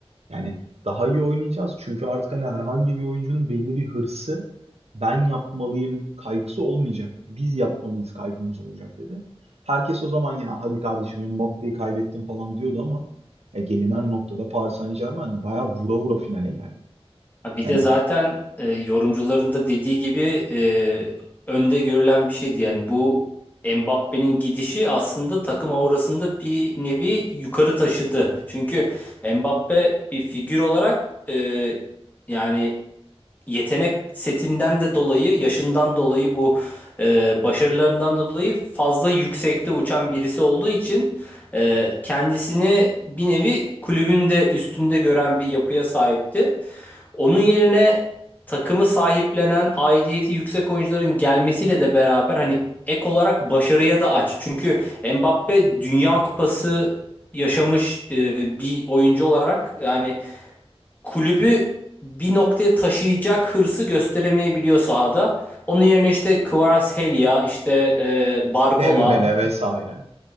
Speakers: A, on the right (about 80°); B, on the left (about 15°).
A: Yani daha iyi oynayacağız çünkü artık hani herhangi bir oyuncunun belli bir hırsı ben yapmalıyım kaygısı olmayacak. Biz yapmalıyız kaygımız olacak dedi. Herkes o zaman ya hadi kardeşim Mbappe'yi kaybettim falan diyordu ama e, gelinen noktada Paris Saint-Germain bayağı vura vura finale geldi.
B: Ha, Bir
A: Yani
B: de zaten e, yorumcuların da dediği gibi e, önde görülen bir şeydi. Yani bu Mbappe'nin gidişi aslında takım aurasında bir nevi yukarı taşıdı. Çünkü Mbappe bir figür olarak e, yani yetenek setinden de dolayı, yaşından dolayı bu e, başarılarından da dolayı fazla yüksekte uçan birisi olduğu için e, kendisini bir nevi kulübün de üstünde gören bir yapıya sahipti. Onun yerine takımı sahiplenen, aidiyeti yüksek oyuncuların gelmesiyle de beraber hani ek olarak başarıya da aç. Çünkü Mbappe Dünya Kupası yaşamış e, bir oyuncu olarak yani kulübü bir noktaya taşıyacak hırsı gösteremeyebiliyor sahada. Onun yerine işte Kvaratskhelia, işte e, Barcola
A: Dembele vesaire.